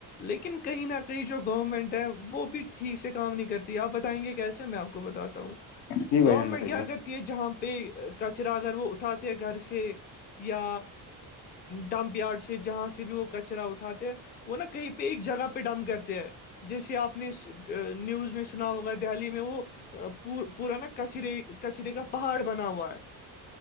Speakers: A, on the left; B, on the left.
A: لیکن کہی نہ کہی جو گورنمنٹ ہے وہ وہ بھی ٹھیک سے کام نہیں کرتی آپ بتائیں گے کیسے میں آپ کو بتاتا ہوں
B: جی بھائی
A: گورنمنٹ
B: جان بتائیے
A: کیا کرتی ہے جہاں پہ کچرا اگر وہ اٹھاتے ہیں گھر سے یا ڈمپ یارڈ سے جہاں سے بھی وہ کچرا اٹھاتے ہیں وہ نا کہیں پہ ایک جگہ پہ ڈمپ کرتے ہیں جیسے آپ اپ نے نیوز میں سنا ہوگا دہلی میں وہ پورا نا کچرے کچرے کا پہاڑ بنا ہوا ہے